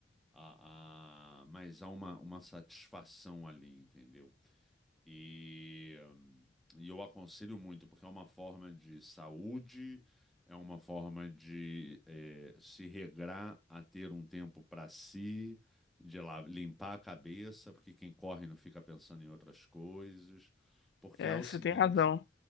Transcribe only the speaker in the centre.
a, a- mas há uma, uma satisfação ali, entendeu? E, hum, e eu aconselho muito, porque é uma forma de saúde, é uma forma de eh, se regrar a ter um tempo para si, de lá limpar a cabeça, porque quem corre não fica pensando em outras coisas. Porque
há o
seguinte,